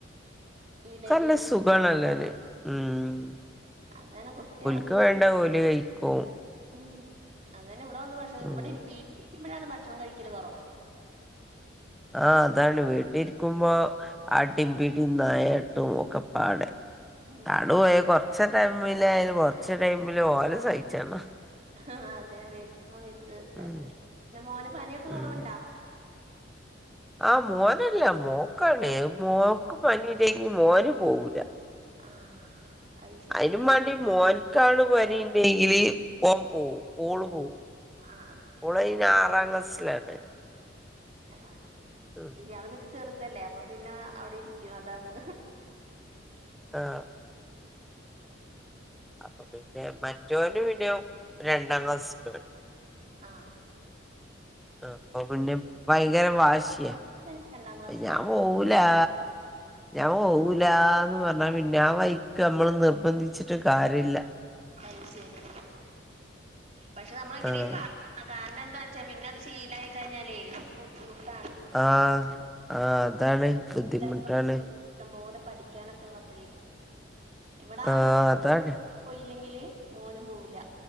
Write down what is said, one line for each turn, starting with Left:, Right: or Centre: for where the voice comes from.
Right: ഇഡലി
Centre: ച്ചല്ലാ സുഖാണല്ലേന്ന് ഉം
Right: അതെന്നെകുട്ട്യാളും.
Centre: ക്ക് വേണ്ട ഓല് കഴിക്കും.
Right: ഉം അത്തന്നെ ഇവിടെ വന്ന് ഭക്ഷണം ആ അതെനെ ഇവ്ടെ വന്ന്
Centre: ഉം
Right: ഭക്ഷണം ഇവിടെ ഇരിക്കും വീട്ടിലിരിക്കുമ്പോഴാണ് ഭക്ഷണം കഴിക്കല് കൊറവ്.
Centre: ആ അതാണ് വീട്ടിരിക്കുമ്പോ. അടിം പിടിം നായട്ടും ഒക്കപാടെ.
Right: ഉം
Centre: താണ് പോയ കൊർചോക്കെ ടൈമിലായ്ലും കൊർച്ച് ടൈമിലോലെ സയിച്ചണ്ടാ.
Right: ഹ ഹ ഹാ അതെ അതെ വര വിത്ത് ഇതാക്കി
Centre: ഉം
Right: പിന്നെ മോന് പനിയൊക്കെ കൊറവുണ്ടാ?
Centre: ഉം ആ മോനല്ല മോക്കാണ് മോക്ക് പനി ഇണ്ടങ്കി മോന് പോവൂല.
Right: ആഹ് അത് ശരി
Centre: അയിനുമാണ്ടി മോൻകാണ് പനിണ്ടെങ്കില് ഓംപോവും
Right: ആഹ്
Centre: ഊള് പോവും
Right: ആഹ്
Centre: ഓളയ്ന് ആറാം ക്ലാസ്സിലാണ്
Right: അം
Centre: ഉം
Right: ഏ ഇയാള് പി ചെറുതല്ലേ അപ്പൊ പിന്നെ അവിടെ ഇരിക്കുംഅതാണ്
Centre: ആ അപ്പൊ പിന്നെ മറ്റോന് പിന്നേ രണ്ടാം ക്ലാസ്സിക്കാണ്
Right: ആ
Centre: അപ്പൊ പിന്നെ ഭയങ്കര വാശിയാ
Right: അതന്നെ രണ്ടാം ക്ലാസ്സിലാണ്
Centre: ഞാ പോവൂലാ ഞാ പോവൂലാന്ന് പറഞ്ഞാ പിന്നെ ആ വൈക്ക് മ്മള് നിർബന്ധിച്ചിട്ട് കാര്യല്ല
Right: അയ് ശെരി പക്ഷെ നമ്മളെങ്ങനെയുംപ
Centre: ആഹ്
Right: <unintelligible> ആ കാരണന്താന്നച്ചാ പിന്നെത് ശീലായി കഴിഞ്ഞാലേ ബുദ്ധിമുട്ടാണ്
Centre: ആ ആ അതാണ് ബുദ്ധിമുട്ടാണ്
Right: <unintelligible> ഇഷ്ട്ടം പോലെ പഠിക്കാനൊക്കെള്ളപ്പഴേ ഇവെടാദ്യം
Centre: ആഹ് അതാണ്
Right: നോ പോയില്ലെങ്കില് മോനും പോവൂല്ല